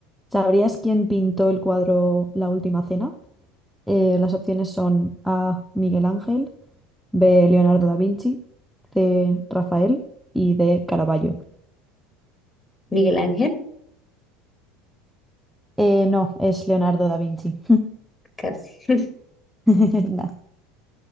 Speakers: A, in the centre; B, on the left.
A: ¿sabrías quién pintó el cuadro La Última Cena? Eh, las opciones son A. Miguel Ángel, B. Leonardo da Vinci, C. Rafael y D. Caravaggio.
B: Miguel Ángel,
A: Eh, no, es Leonardo da Vinci.
B: casi. <laughs>
A: <laughs> Nah.